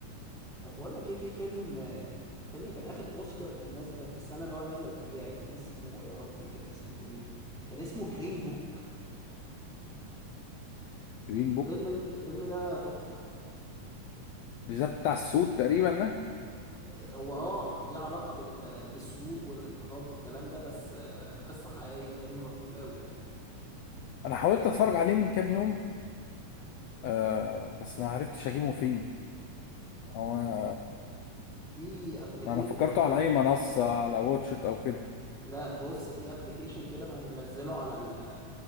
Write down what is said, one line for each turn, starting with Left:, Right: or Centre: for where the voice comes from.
Centre: طب بقول لك ايه في فيلم آه، فيلم كان اخد اوسكار في النز... في السنة اللي هو نزل فيها كان اسمه يا ربي كان اسمه ايه كان اسمه جرين بوك
Left: جرين بوك
Centre: فيلم الفيلم ده تحفة
Left: مش ده بتاع السود تقريبا ده
Centre: آه، هو اه ليه علاقة بال... بالسود والاضطهاد والكلام ده بس آه، قصة حقيقية فيلم لطيف قوي يعني
Left: انا حاولت اتفرج عليه من كام يوم آه بس ما عرفتش اجيبه فين او انا
Centre: في ابلكيشن
Left: ما انا فكرته
Centre: كده
Left: على اي منصه على واتش إت او كده
Centre: لا بص في ابلكيشن كده منزله على ال...